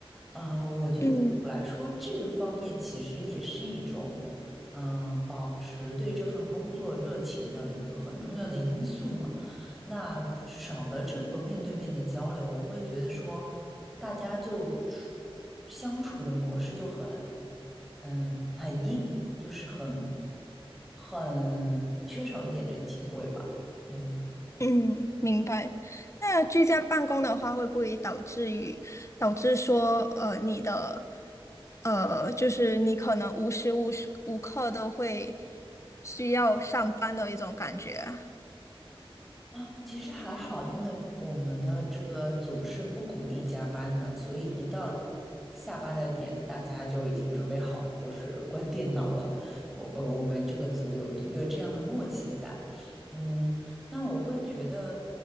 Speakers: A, in the centre; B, on the left.
A: 呃，我觉得对我来说，
B: 嗯
A: 这个方面其实也是一种，嗯、呃保持对这份工作热情的一个很重要的因素嘛。那少了这个面对面的交流，我会觉得说，大家就处相处的模式就很，嗯，很硬，就是很很缺少一点人情味吧。嗯。
B: 嗯，明白。那居家办公的话，会不会导致于导致说，呃，你的呃，就是你可能无时无时无刻都会需要上班的一种感觉啊？
A: 啊，其实还好，因为我们的这个组是不鼓励加班的，所以一到下班的点，大家就已经准备好，就是 <laughs> 关电脑了。我呃，我们这个组有一个这样的默契在。嗯，那我会觉得